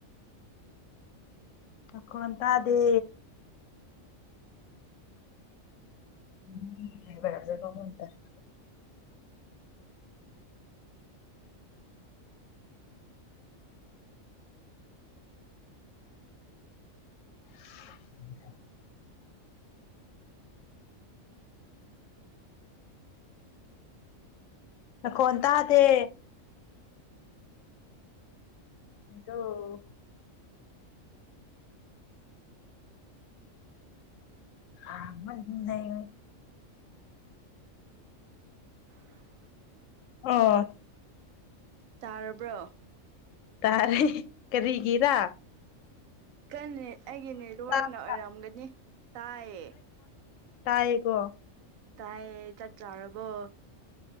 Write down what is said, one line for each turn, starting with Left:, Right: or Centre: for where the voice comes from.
Left: ꯑꯈꯣꯟ ꯇꯥꯗꯦ ꯎꯝ ꯂꯩꯕꯔꯖ ꯀ ꯍꯣꯟ ꯇ <inaudible> ꯀꯣꯟ ꯇ ꯇ ꯗꯣ ꯑ ꯂꯩ
Right: <unintelligible>
Left: ꯑꯣ
Right: ꯇꯥꯔꯕ꯭ꯔꯣ
Left: ꯇꯔꯦ ꯀꯔꯤꯒꯦꯔꯥ
Right: ꯀꯅꯦꯠ ꯑꯩꯒꯤ ꯅꯦꯠꯋꯥꯔꯛꯅ
Left: ꯇꯥꯕ
Right: ꯑꯣꯏꯔꯝꯒꯅꯤ ꯇꯥꯏꯌꯦ
Left: ꯇꯌꯦꯀꯣ
Right: ꯇꯥꯏꯌꯦ ꯆꯥꯛ ꯆꯥꯔꯕꯣ